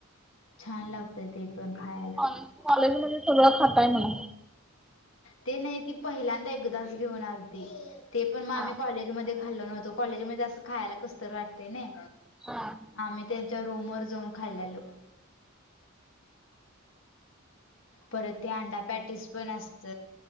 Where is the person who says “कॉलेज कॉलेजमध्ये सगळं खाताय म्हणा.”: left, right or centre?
Centre